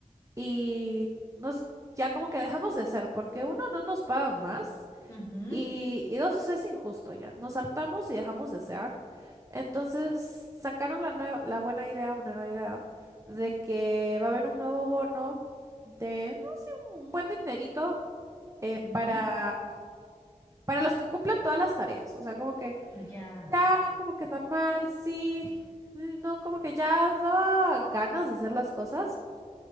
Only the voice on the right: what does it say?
y nos ya como que dejamos de hacer porque uno no nos pagan más
y, y dos o sea, es injusto ya, nos hartamos y dejamos de hacer. Entonces sacaron la nue- la buena idea, una nueva idea de que va a haber un nuevo bono de, no sé, un buen dinerito eh, para
para los que cumplen todas las tareas, o sea, como que
ya, como que normal, sí, eh, no, como que ya daba ganas de hacer las cosas,